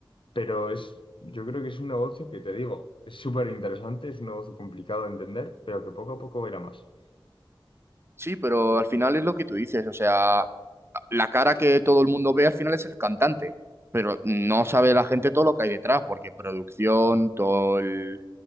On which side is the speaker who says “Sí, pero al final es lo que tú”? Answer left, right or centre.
Right